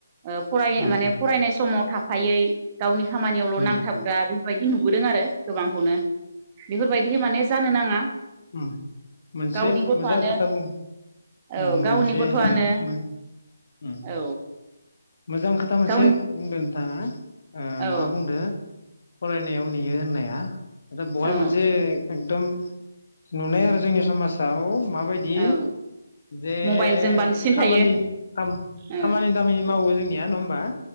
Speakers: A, on the right; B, on the left.
A: ओ फराय
B: उम
A: माने फरायनाय समाव थाफ फायै गावनि खामानियावल'
B: उम
A: नांथाबग्रा बेफोरबायदि नुबोदों आरो गोबांखौनो बेफोरबायदिहै माने जानो नाङा
B: उम मोनसे
A: गावनि गथ'आनो
B: मोजां खोथा बुं
A: औ
B: उम
A: गावनि
B: मोनसे
A: गथ'आनो
B: <unintelligible>
A: औ
B: मोजां खोथा मोनसे
A: गावनि
B: बुंदों थाङा ओ
A: औ
B: मा बुंदो फरायनायाव नेयो होननाया <unintelligible> बहाय
A: औ
B: मोनसे एकदम नुनाय आरो जोंनि समाजाव माबायदि
A: औ
B: जे
A: मबाइलजों बांसिन
B: खामानि
A: थायो
B: खाम
A: ओ
B: खामानि दामानि मावो जोंनिया नङा होमबा